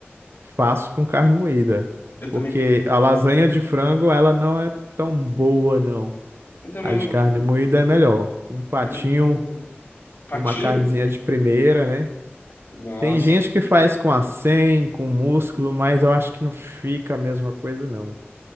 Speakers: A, on the right; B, on the left.
A: Faço com carne moída.
B: Eu também
A: Porque
B: prefiro.
A: a lasanha de frango, ela não é tão boa, não.
B: Eu também
A: A de
B: não gosto,
A: carne moída é melhor. Um patinho,
B: prefiro de carne moída. Patinho?
A: uma carnezinha de primeira, né?
B: Nossa.
A: Tem gente que faz com acém, com músculo, mas eu acho que não fica a mesma coisa, não.